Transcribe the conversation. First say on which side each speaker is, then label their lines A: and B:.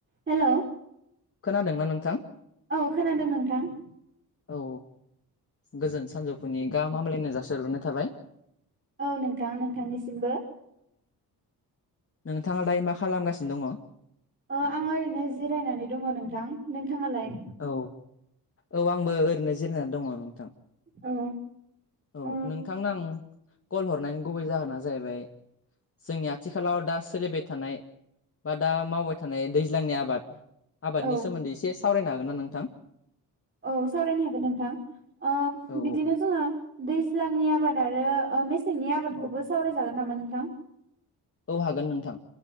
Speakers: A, on the right; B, on the left.
A: हेल'
B: खोनादोंना नोंथां?
A: औ खोनादों नोंथां।
B: औ गोजोन सानजौफुनि गाहाम हामलायनाय जासि हरग्रोनाय थाबाय।
A: औ नोंथां नोंथांनिसिमबो।
B: नोंथाङा दायो मा खालामगासिनो दङ?
A: ओ आङो ओरैनो जिरायनानै दङ नोंथां नोंथाङालाय?
B: औ औ आंबो ओरैनो जिरायनानै दङ नोंथां।
A: औ
B: औ
A: ओ
B: नोंथांनो आं कल हरनायनि गुबै जाहोना जाहैबाय जोंनि आथिखालाव दा सोलिबाय थानाय बा दा मावबाय थानाय दैज्लांनि आबाद आबादनि
A: औ
B: सोमोन्दै एसे सावरायनो हागोन ना नोंथां?
A: औ सावरायनो हागोन नोंथां ओ
B: औ
A: बिदिनो जोङो दैज्लांनि आबादारि आरो मेसेंनि आबादखौबो
B: औ
A: सावरायजागोन नामा नोंथां?
B: औ हागोन नोंथां।